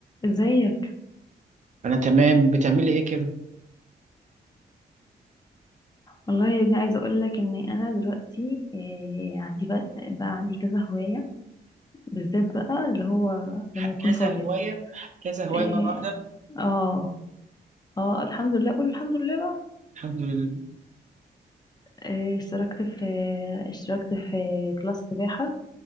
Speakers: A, on the left; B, on the right.
A: ازيك
B: انا تمام بتعملي ايه كده
A: والله يا ابني عايزه اقول لك ان انا دلوقتي إيه عندي بقى, بقى عندي كذا هوايه بالذات بقى اللي هو
B: ح-
A: لما يكون
B: كذا
A: فاضيه
B: هوايه ح- كذا هوايه
A: إيه
B: مره واحده
A: اه اه الحمد لله قول الحمد لله بقى
B: الحمد لله
A: إيه اشتركت في اشتركت في كلاس سباحه